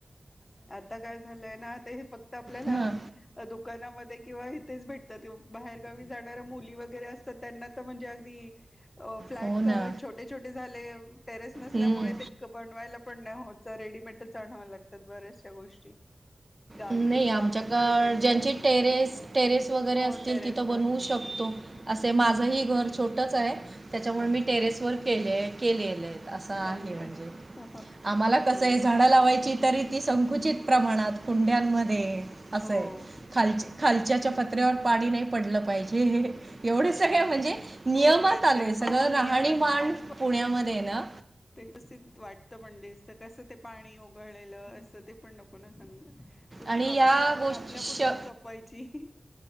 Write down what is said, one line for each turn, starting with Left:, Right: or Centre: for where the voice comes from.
Left: आता काय झालंय ना ते फक्त आपल्याला
Right: हां,
Left: दुकानामध्ये किंवा इथेच भेटतात बाहेरगावी जाणारया मुली वगैरे असतात त्यांना म्हणजे अगदी फ्लॅट
Right: हो ना.
Left: छोटे, छोटे झाले टेरेस नसल्यामुळे
Right: हं.
Left: ते बनवायला पण नाही होत रेडीमेटच आणाव लागतात बऱ्याचशा गोष्टी. गावी
Right: नाही आमच्याकळ
Left: गावी बरं पडतं
Right: ज्यांची टेरेस, टेरेस वगैरे
Left: हो
Right: असतील
Left: टेरेस
Right: तिथं बनवू
Left: वर असं
Right: शकतो. असे माझंही
Left: हम्म
Right: घर छोटच आहे त्याच्यामुळे
Left: अच्छा
Right: मी टेरेस वर केले केलेले. असं आहे
Left: चांगलंय
Right: म्हणजे आम्हाला कसं
Left: चांगले
Right: आहे झाडं लावायची तरी ती संकुचित प्रमाणात कुंड्यांमध्ये असय.
Left: हो
Right: खालच्या, खालच्याच्या पत्र्यावर पाणी नाही पडलं पाहिजे. एवढे सगळं म्हणजे नियमात
Left: खूप आहे
Right: आलेय
Left: ते
Right: सगळं
Left: हो नियमात
Right: राहणीमान
Left: आणि बघ
Right: पुण्यामध्ये ना
Left: व्यवस्थित वाटतं पण दिसत कसं ते पाणी ओप पळलेल असते पण नको सांग तुम
Right: आणि
Left: आपली
Right: या
Left: आवड
Right: गोष्टी
Left: आपल्या
Right: श
Left: पुरतं जपत पैची